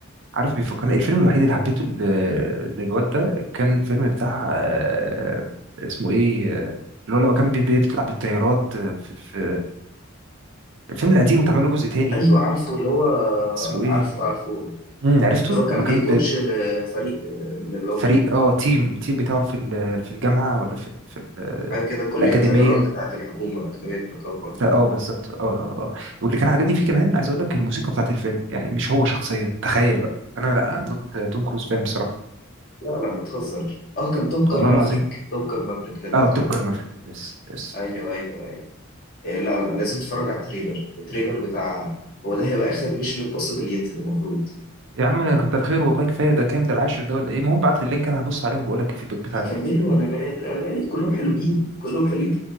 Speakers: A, on the right; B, on the left.
A: عارف بيفكرني الفيلم الوحيد اللي حبيته ل- للواد ده كان فيلم بتاع آه، اسمه ايه آه، اللي هو لما كان بي- بي- بيطلع بالطيارات آه، في في الفيلم القديم واتعمل له جزء تاني
B: ايوه عارفه اللي هو
A: اسمه ايه
B: عارفه عارفه
A: امم عرفته
B: اللي هو كان
A: لما كان
B: بيكوتش
A: ب-
B: فريق من اللي
A: فريق
B: هم
A: اه تيم تيم بتاعه في ال- في الجامعة ولا في ال- في ال-
B: حاجه كده كليه
A: الأكاديمية
B: طيران بتاعه الحكومه اكاديميه الحكومه
A: بتاع- اه بالظبط اه اه اه واللي كان عاجبني فيه كمان عايز اقول لك الموسيقى بتاعت الفيلم يعني مش هو شخصيا تخيل بقى انا لا ام نوت توم كروز فان بصراحة
B: لا لا بتهزر اه كان توب جان
A: والله
B: مافريك
A: العظيم
B: توب جان مافريك اللي انت
A: اه
B: بتتكلم
A: توب
B: عليه
A: كان مافريك يس يس
B: ايوه ايوه ايوه إيه، لا لا لازم تتفرج على التريلر التريلر بتاع هو ده هيبقى اخر ميشن امبوسيبل ينزل المفروض
A: يا عم كتر خير والله كفايه ده كام ده العاشر ده ولا ايه المهم بعت لي اللينك انا هبص عليه وبقول لك الفيدباك بتاعتي
B: يكملوا
A: يعني
B: انا مال انا مالي كلهم حلوين كلهم حلوين